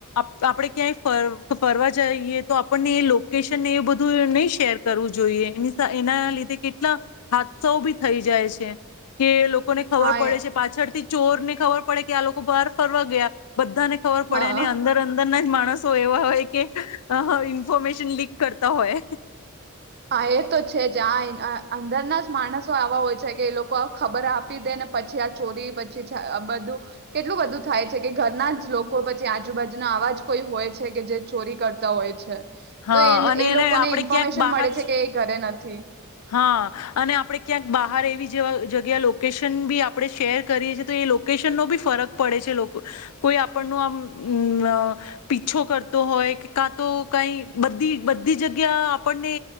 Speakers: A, on the left; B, on the right.
A: આપણે ક્યાંય ફર ફરવા જઈએ તો આપણને એ લોકેશનને એ બધું નહી શેર કરવું જોઈએ એનીસા એના લીધે કેટલા હાદસાઓ બી થઈ જાય છે કે લોકો લોકોને ખબર
B: હા
A: પડે
B: એ
A: છે પાછળથી ચોરને ખબર પડે કે આ લોકો બહાર ફરવા ગયા બધાને ખબર પડે
B: હા
A: નહી અંદર અંદરના જ માણસ તો એવા હોય કે અહ ઇન્ફોર્મેશન લીક કરતા હોય.
B: હા એ તો છે જ આ એય ના આ અંદરના જ માણસો આવા હોય છે કે એ લોકો ખબર આપી દે ને પછી આ ચોરી પછી છે આ બધું કેટલું બધું થાય છે કે ઘરના જ લોકો પછી આજુબાજુના આવા જ કોઈ હોય છે કે જે ચોરી કરતા હોય છે.
A: હા
B: તો એન
A: અને
B: એ
A: એને
B: લોકોને
A: આપણે
B: ઇન્ફોર્મેશન
A: ક્યાંક બહાર
B: મળે છે કે ઘરે નથી
A: હા અને આપણે ક્યાંક બહાર એવી જેવા જગ્યા લોકેશન બી આપણે શેર કરીએ છી તો એ લોકેશનનો બી ફરક પડે છે લોકો કોઈ આપણનો આમ અ પીછો કરતો હોય કાં તો કઈ બધી બધી જગ્યા આપણને